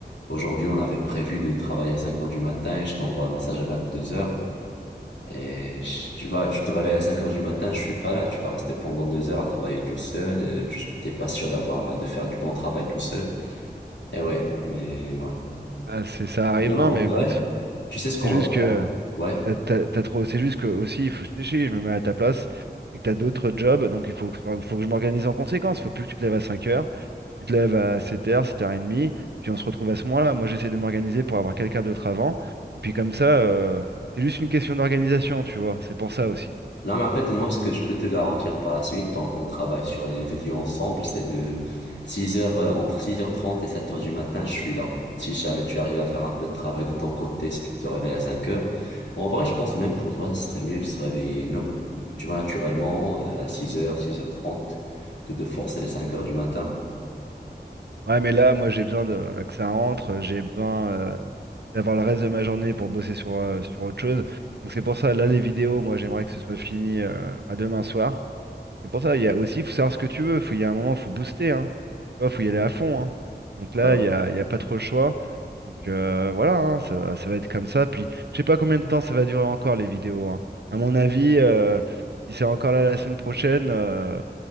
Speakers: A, on the left (about 85°); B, on the right (about 70°).
A: aujourd'hui, on avait prévu de travailler à 5 heures du matin, je t'envoie un message à 22 heures, et je- tu vois, tu te réveilles à 5 heures du matin, je suis pas là, tu vas rester pendant deux heures à travailler tout seul, euh, tu t'es pas sûr d'avoir, euh, de faire du bon travail tout seul. et ouais, mais ouais.
B: ah, c'est ça arrive.
A: Non,
B: Non,
A: en
B: mais
A: vrai,
B: écoute,
A: tu sais ce qu'on
B: c'est juste
A: va faire?
B: que
A: Ouais.
B: t'as, t'as- t'as trop, c'est juste que aussi, il faut, je, je me mets à ta place, c'est que t'as d'autres jobs, donc il faut, que- faut que je m'organise en conséquence. Faut plus que tu te lèves à 5 heures, tu te lèves à 7 heures, 7h30, et puis on se retrouve à ce moment-là. Moi j'essaie de m'organiser pour avoir quelqu'un d'autre avant, et puis comme ça, euh, c'est juste une question d'organisation, tu vois, c'est pour ça aussi.
A: Non, mais en fait, moi, ce que je peux te garantir par la suite, tant qu'on travaille sur les vidéos ensemble, c'est de 6 heures, euh, entre six heures trente et sept heures du matin, je suis là. Si jamais tu arrives à faire un peu de travail de ton côté, si tu te réveilles à cinq heures, Bon, en vrai, je pense même pour toi, ce serait mieux de se réveiller, non, tu vois, naturellement, euh, à six heures, six heures trente. que de forcer les 5 heures du matin.
B: Ouais, mais là, moi, j'ai besoin de, euh, que ça rentre, euh, j'ai besoin euh, d'avoir le reste de ma journée pour bosser sur, euh, sur autre chose. Donc c'est pour ça, là, les vidéos, moi, j'aimerais que ce soit fini euh, bah, demain soir. C'est pour ça, il y a aussi, il faut savoir ce que tu veux. Faut, il y a un moment, il faut booster, hein. Tu vois, faut y aller à fond, hein. Donc là,
A: Ouais,
B: il n'y a, il y a pas trop le choix. Donc euh, voilà, hein, ça va, ça va être comme ça. Puis, je sais pas combien de temps ça va durer encore, les vidéos, hein. À mon avis, euh, si c'est encore là la semaine prochaine, euh,